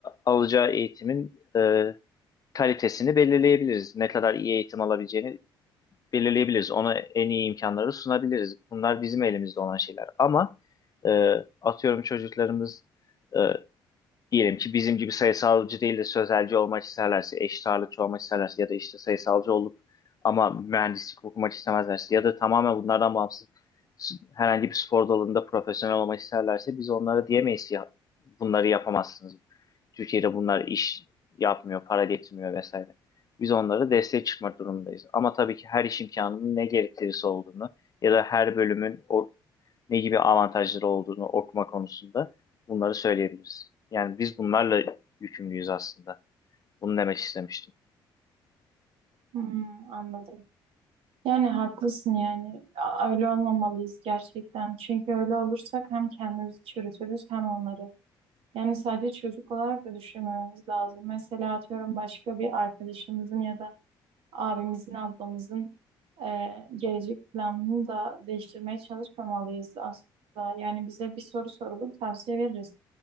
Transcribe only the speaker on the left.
alacağı eğitimin e, kalitesini belirleyebiliriz. Ne kadar iyi eğitim alabileceğini belirleyebiliriz. Ona en iyi imkanları sunabiliriz. Bunlar bizim elimizde olan şeyler. Ama e, atıyorum çocuklarımız e, diyelim ki bizim gibi sayısalcı değil de sözelci olmak isterlerse, eşit ağırlıkçı olmak isterlerse ya da işte sayısalcı olup ama mühendislik okumak istemezlerse ya da tamamen bunlardan bağımsız s- herhangi bir spor dalında profesyonel olmak isterlerse biz onlara diyemeyiz ki, ya bunları yapamazsınız. Türkiye'de bunlar iş yapmıyor, para getirmiyor vesaire. Biz onlara destek çıkmak durumundayız. Ama tabii ki her iş imkanının ne gerektirisi olduğunu ya da her bölümün o, ne gibi avantajları olduğunu okuma konusunda Bunları söyleyebiliriz. Yani biz bunlarla yükümlüyüz aslında. Bunu demek istemiştim.